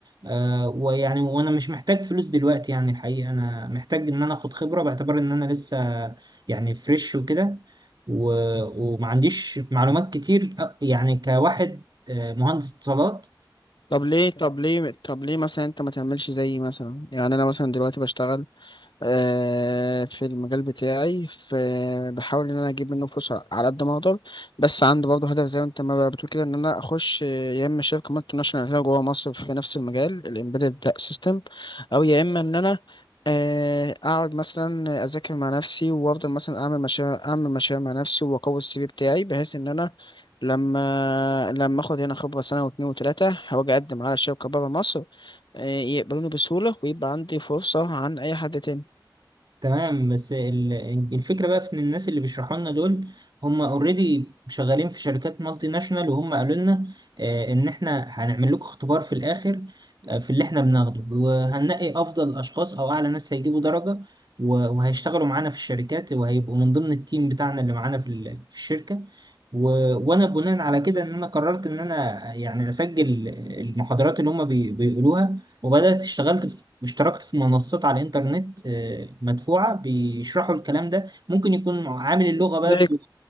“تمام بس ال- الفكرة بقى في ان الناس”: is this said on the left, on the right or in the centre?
Right